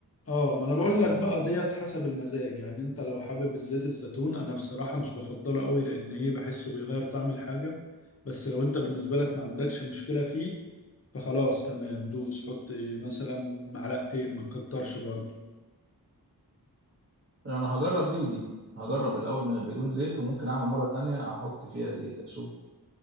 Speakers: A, on the left (about 40°); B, on the right (about 35°).
A: اه ما انا بقول
B: أم،
A: لك بقى ديت حسب المزاج يعني انت لو حابب الزيت الزيتون انا بصراحة مش بفضله قوي لان ايه بحسه بيغير طعم الحاجة بس لو انت بالنسبة لك ما عندكش مشكلة فيه فخلاص تمام دوس حط مثلا معلقتين ما تكترش برضه
B: انا هجرب دي ودي هجرب الاول من- بدون زيت وممكن اعمل مره تانية احط فيها زيت اشوف